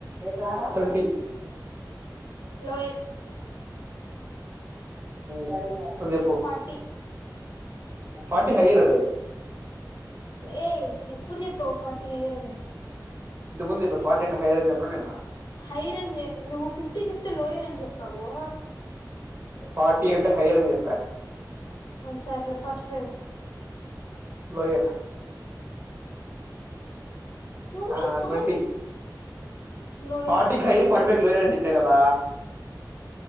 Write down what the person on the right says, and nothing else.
రా
ట్వంటీ
సరే నువ్వు చెప్పు
ఫార్టీ హైరు
ఇది ముందు ఫార్టీ అంటే హైయర్ అని చెప్పిన నేను
ఫార్టీీ అంట హైర్ అంది చెప్ప
లోయర్
ఆ
ట్వంట
ఫటీ హైర్ పడిపో క లో అంతేకదా